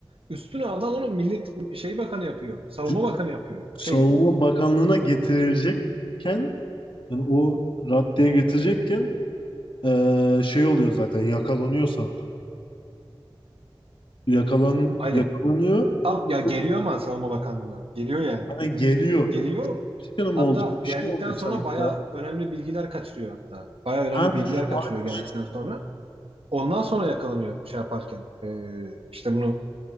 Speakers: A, on the right; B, on the left.
A: Üstüne adam onu millet şey bakanı yapıyor. Savunma
B: C-
A: bakanı yapıyor. Şey
B: Savunma Bakanlığı'na getirecekken yani o raddeye getirecekken Ee, şey oluyor zaten yakalanıyor sanırım. Yakalan,
A: aynen.
B: yakalanıyor.
A: Tam ya geliyor
B: Bu
A: ama savunma bakanlığına. Geliyor yani.
B: hani geliyor.
A: Geliyor.
B: Bir şey mi
A: Hatta
B: olacak? Bir
A: geldikten
B: şey olacak
A: sonra
B: sanki
A: baya
B: ya.
A: önemli bilgiler kaçırıyor hatta. Baya önemli
B: Ha, aynen,
A: bilgiler kaçırıyor geldikten sonra. Ondan sonra yakalanıyor şey yaparken. Ee, işte bunu